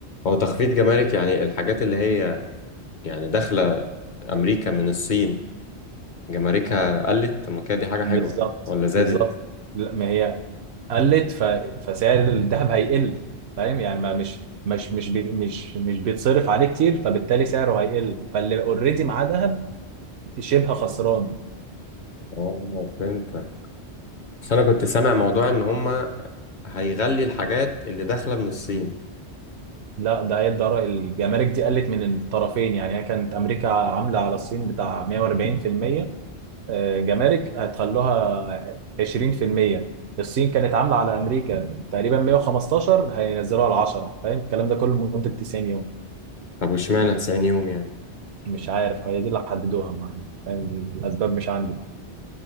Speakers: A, on the left (about 50°); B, on the right (about 75°).
A: هو تخفيض جمارك يعني الحاجات اللي هي يعني داخله امريكا من الصين جماركها قلت طب ما كده دي حاجه حلوه
B: بالظبط
A: ولا زادت
B: بالظبط لا ما هي قلت ف... فسعر الذهب هيقل فاهم يعني ما مش مش مش بي... مش مش بيتصرف عليه كتير فبالتالي سعره هيقل فاللي اوريدي معاه ذهب شبه خسران
A: اه فهمتك بس انا كنت سامع موضوع ان هما هيغلي الحاجات اللي داخله من الصين
B: لا ده هي الدرا- الجمارك دي قلت من الطرفين يعني هي كانت امريكا عامله على الصين بتاع 140% آه، جمارك هتخلوها 20% الصين كانت عامله على امريكا تقريبا 115 هينزلوها على 10 فاهم الكلام ده كله لمده 90 يوم
A: طب واشمعنى 90 يوم يعني
B: مش عارف هي دي اللي حددوها معايا فاهم الاسباب مش عندي